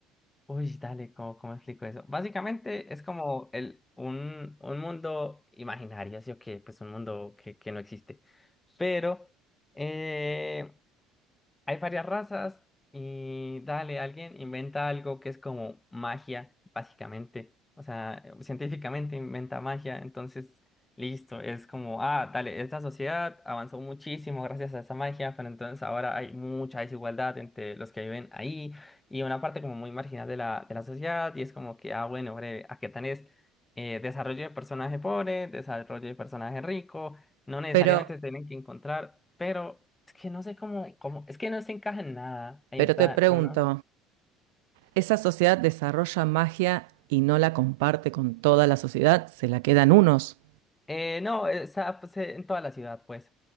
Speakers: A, on the left; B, on the right.
A: Uy, dale, ¿cómo, cómo explico eso? Básicamente es como el, un, un mundo imaginario, así o que, pues un mundo que, que no existe. Pero, eh, hay varias razas y dale, alguien inventa algo que es como magia, básicamente. O sea, científicamente inventa magia, entonces listo, es como, ah, dale, esta sociedad avanzó muchísimo gracias a esa magia, pero entonces ahora hay mucha desigualdad entre los que viven ahí y una parte como muy marginal de la, de la sociedad y es como que, ah, bueno, breve, a aquí tenés eh, desarrollo de personaje pobre, desarrollo de personaje rico, no necesariamente
B: pero,
A: se tienen que encontrar, pero es que no sé cómo, Ay, cómo, es que no se encaja en nada. Ahí
B: pero
A: está,
B: te pregunto,
A: uno.
B: ¿esa sociedad desarrolla magia y no la comparte con toda la sociedad? ¿Se la quedan unos?
A: Eh, no, está pues, eh, en toda la ciudad, pues.